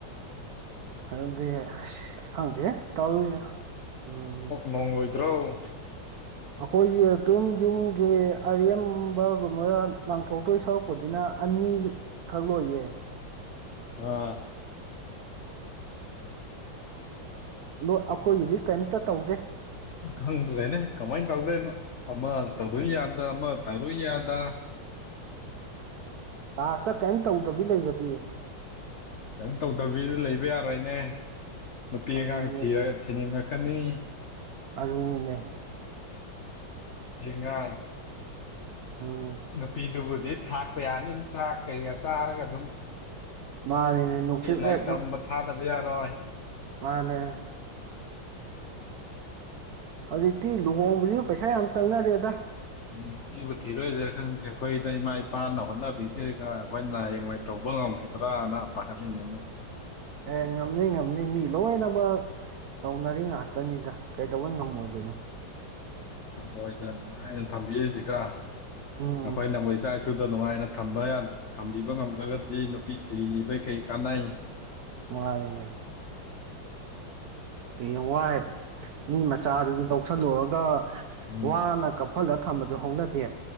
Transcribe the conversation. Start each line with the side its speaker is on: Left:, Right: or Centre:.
Right: ꯑꯗꯨꯗꯤ ꯑꯁ ꯈꯪꯗꯦ ꯇꯧꯔꯤ ꯎꯝ
Left: ꯅꯣꯡꯂꯣꯏꯗ꯭ꯔꯣ
Right: ꯑꯈꯣꯏꯒꯤ ꯑꯗꯨꯝ ꯌꯨꯝꯒꯤ ꯑꯔꯦꯝꯕꯒꯨꯝꯕ ꯂꯪꯊꯣꯛꯇꯣꯏ ꯁꯔꯨꯛꯄꯨꯗꯤꯅ ꯑꯅꯤꯈꯛ ꯂꯣꯏꯌꯦ
Left: ꯍꯥ
Right: ꯅꯣꯏ ꯑꯩꯈꯣꯏꯒꯤꯗꯤ ꯀꯦꯝꯇ ꯇꯧꯗꯦ
Left: ꯈꯪꯗ꯭ꯔꯦꯅꯦ ꯀꯃꯥꯏꯅ ꯇꯧꯗꯣꯏꯅꯣ ꯑꯃ ꯇꯧꯔꯨꯏ ꯌꯥꯗ ꯑꯃ ꯇꯧꯔꯨꯏ ꯌꯥꯗ
Right: ꯂꯥꯁꯇ ꯀꯔꯤꯝ ꯇꯧꯗꯕꯤ ꯂꯩꯕꯗꯤ
Left: ꯀꯩꯝ ꯇꯧꯗꯕꯤꯗ ꯂꯩꯕ ꯌꯥꯔꯣꯏꯅꯦ ꯅꯨꯄꯤ
Right: ꯑꯗꯨꯅꯤ
Left: ꯑꯉꯥꯡ ꯊꯤꯔꯒ ꯊꯤꯅꯤꯡꯉꯛꯀꯅꯤ
Right: ꯑꯗꯨꯅꯤꯅꯦ
Left: ꯂꯉꯥꯡ <inaudible>
Right: ꯑꯣ
Left: ꯅꯨꯄꯤꯗꯨꯕꯨꯗꯤ ꯊꯥꯛꯄ ꯌꯥꯅꯤ ꯆꯥꯛ ꯀꯩꯀꯥ ꯆꯥꯔꯒ ꯑꯗꯨꯝ
Right: ꯃꯥꯅꯤꯅꯦ ꯅꯨꯡꯁꯤꯠ
Left: ꯑꯩ ꯂꯥꯏꯔꯤꯛ
Right: ꯑꯦ
Left: ꯇꯝꯕ ꯊꯥꯗꯕ ꯌꯥꯔꯣꯏ
Right: ꯃꯥꯅꯦ ꯍꯧꯖꯤꯛꯇꯤ ꯂꯨꯍꯣꯡꯕꯁꯤꯁꯨ ꯄꯩꯁꯥ ꯌꯥꯝ ꯆꯪꯅꯔꯦꯗ
Left: ꯎ ꯅꯨꯄꯤꯕꯨ ꯊꯤꯔꯣꯏꯁꯤꯔꯥ ꯈꯪꯗꯦ ꯑꯩꯈꯣꯏꯗ ꯏꯃꯥ ꯏꯄꯥꯅ ꯍꯣꯠꯅꯕꯤꯁꯤꯒ ꯑꯩꯈꯣꯏꯅ ꯍꯌꯦꯡꯋꯥꯏ ꯇꯧꯕ ꯉꯝꯈꯤꯗ꯭ꯔꯅ ꯄꯥꯈꯠꯂꯤꯅꯤꯅꯤ
Right: ꯑꯦ ꯉꯝꯅꯤ ꯉꯝꯅꯤ ꯃꯤ ꯂꯣꯏꯅꯃꯛ ꯇꯧꯅꯔꯤ ꯉꯥꯛꯇ ꯇꯅꯤꯗ ꯀꯩꯗꯧꯕꯩ ꯉꯝꯃꯣꯏꯗꯣꯏꯅꯣ
Left: ꯃꯣꯏꯗ ꯅꯨꯉꯥꯏꯅ ꯊꯝꯕꯤꯔꯤꯁꯤꯒ
Right: ꯎꯝ
Left: ꯑꯩꯈꯣꯏꯅꯃꯣꯏ ꯆꯥꯏ ꯀꯛꯆꯨꯗ ꯅꯨꯡꯉꯥꯏꯅ ꯊꯝꯕ ꯊꯝꯕꯤꯕ ꯉꯝꯗ꯭ꯔꯒꯗꯤ ꯅꯨꯄꯤ ꯊꯤꯕꯩ ꯀꯩ ꯀꯥꯟꯅꯩ
Right: ꯃꯥꯅꯤꯅꯦ ꯍꯌꯦꯡꯋꯥꯏ ꯃꯤ ꯃꯆꯥꯗꯨ ꯂꯧꯁꯤꯜꯂꯨꯔꯒ
Left: ꯎꯝ
Right: ꯋꯥꯅ ꯀꯞꯐꯜꯂ ꯊꯝꯕꯁꯨ ꯍꯧꯅꯗꯦ